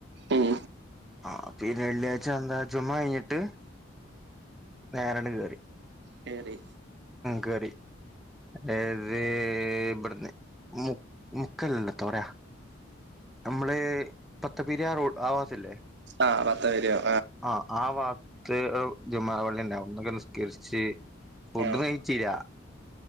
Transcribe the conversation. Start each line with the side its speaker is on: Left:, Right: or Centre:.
Right: ഉം
Centre: ആ പിന്നെ വെള്ളിയാഴ്ച എന്താ ജുമ കഴിഞ്ഞിട്ട് നേരണ കേയറി
Right: കേറി
Centre: കേറി ഏത് ബട്ന്ന് മു മു കല്ലത്തൊറയാ നമ്മള് പത്തപരിയാറൂ ആവാത്തല്ലേ
Right: ആഹ് പത്തപിരിയം
Centre: ആ ആ വാ <unintelligible> ങ്ങള് നിസ്കരിച്ച് ഫുഡൊന്നു
Right: ആഹ്
Centre: കയിച്ചിലാ